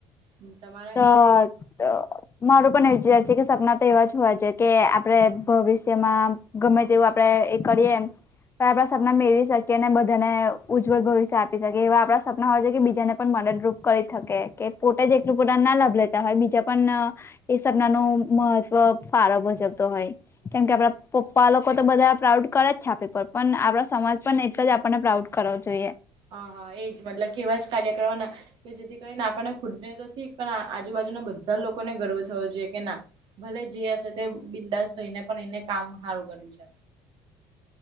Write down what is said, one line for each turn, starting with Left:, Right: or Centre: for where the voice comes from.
Right: હમ તમા
Left: <inaudible> મારું પણ એ વિચાર છે, કે સપના તો એવા જ હોવા જોઈએ કે આપણે ભવિષ્યમાં ગમે તેવું આપડે એ કરીએ તો આપડા સપના મેળવી શકીએ અને બધાને ઉજ્જવલ ભવિષ્ય આપી શકીએ એવા આપણા સપના હોય છે કે બીજાને પણ મદદરૂપ કરી શકે કે પોતે જે એટલું પોતા ના લાભ લેતા હોય બીજા પણ એ સપના નુ મહત્વ ફારો મુજવતો હોય કેમ કે આપડા પપ્પા લોકો તો બધા પ્રાઉડ કરે જ છ આપડી ઉપર પણ આપડા સમાજ પણ એટલે જ આપણને પ્રાઉડ કરવો જોઈએ
Right: હા હા એ જ મતલબ એવા જ કાર્ય કરવાના કે જેથી કરીનેપાને ખુદ ને નથી પણ આજુબાજુના બધ ધ લોકોને ગર્વ થવો જોઈએ કે ના ભલે જે હશે તે બિંદાસ થઈને પણ એને કામ સારું કર્યું છે